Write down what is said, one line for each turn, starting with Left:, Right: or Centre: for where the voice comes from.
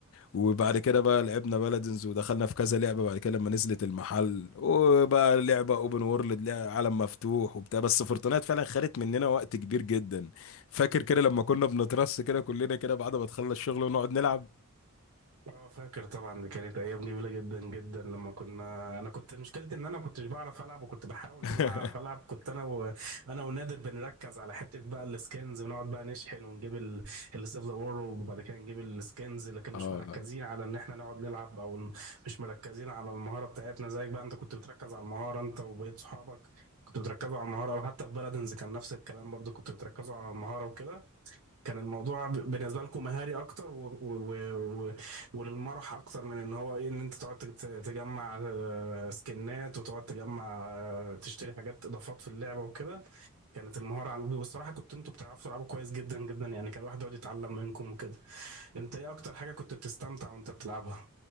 Left: وبعد كده بقى لعبنا بلادنز ودخلنا في كذا لعبة بعد كده لما نزلت المحل وبقى لعبة اوبن وورلد عالم مفتوح وبتاع بس فورتنايت فعلا خدت مننا وقت كبير جدا فاكر كده لما كنا بنترص كده كلنا كده بعد ما تخلص الشغل ونقعد نلعب
Right: اه فاكر طبعا دي كانت ايام جميله جدا جدا لما كنا انا كنت مشكلتي ان انا ما كنتش بعرف العب وكنت بحاول
Left: <laughs>
Right: ان انا اعرف العب كنت انا و... انا ونادر بنركز على حته بقى السكنز ونقعد بقى نشحن ونجيب ال... اللي سيف ذا وورلد وبعد كده نجيب السكنز اللي كان
Left: اه
Right: مش مركزين على ان احنا نقعد نلعب او ن- مش مركزين على المهاره بتاعتنا زيك بقى انت كنت بتركز على المهاره انت وبقيت صحابك كنتوا بتركزوا على المهاره وحتى في بلدنز كان نفس الكلام برضو كنتوا بتركزوا على المهاره وكده كان الموضوع ب- بالنسبة لكم مهاري أكتر و... و... و... و... وللمرح أكتر من إن هو إيه إن أنت تقعد تت- تجمع آه، سكنات وتقعد تجمع آه، تشتري حاجات إضافات في اللعبة وكده كانت المهارة عن... والصراحة كنت أنتوا بتعرفوا تلعبوا كويس جدا جدا يعني كان الواحد يقعد يتعلم منكم وكده أنت إيه أكتر حاجة كنت بتستمتع وأنت بتلعبها؟